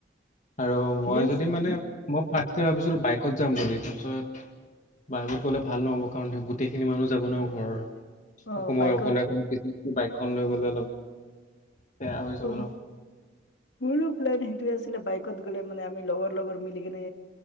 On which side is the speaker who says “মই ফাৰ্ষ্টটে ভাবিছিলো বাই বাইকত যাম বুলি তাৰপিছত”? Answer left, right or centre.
Left